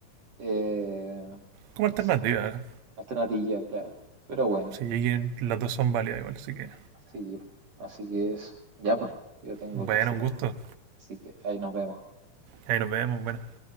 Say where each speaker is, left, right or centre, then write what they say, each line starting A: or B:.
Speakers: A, on the right; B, on the right.
A: eh,
B: Como
A: no
B: alternativa,
A: sé, alternativa, claro. Pero bueno,
B: sí, las dos son válidas igual, así que
A: sí, así que eso. Ya pues, yo tengo
B: bueno,
A: que hacer
B: un
A: ahora.
B: gusto.
A: Así que ahí nos vemos.
B: Ahí nos vemos, buenas